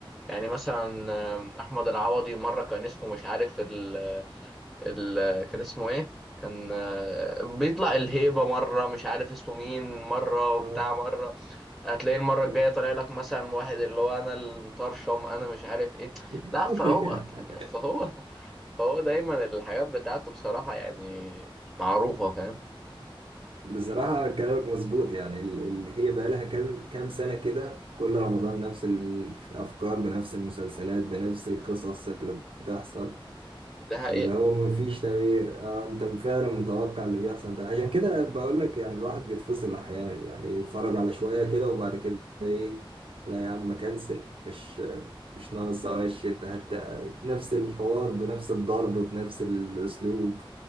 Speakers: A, in the centre; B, on the right (about 85°).
A: يعني مثلا آه، أحمد العوضي مرة كان اسمه مش عارف ال ال كان اسمه إيه كان آه، بيطلع الهيبة مرة مش عارف اسمه مين مرة وبتاع
B: آه،
A: مرة هتلاقي المرة
B: مم.
A: الجاية طالع لك مثلا واحد اللي هو أنا المطرشم أنا مش عارف إيه
B: <laughs>
A: لا فهو فهو فهو دايما الحاجات بتاعته بصراحة يعني معروفة فاهم
B: بصراحة كلامك مظبوط يعني ال- اللي هي بقى لها كام كام سنة كده كل رمضان نفس الأفكار بنفس المسلسلات بنفس القصص اللي بتحصل
A: ده حقيقة
B: اللي هو مفيش تغيير اه انت فعلا متوقع اللي بيحصل ده عشان كده بقول لك يعني الواحد بيتفصل احيانا يعني يتفرج على شوية كده وبعد كده ايه لا يا عم كنسل مش مش ناقص وش انت هت نفس الحوار بنفس الضرب بنفس الاسلوب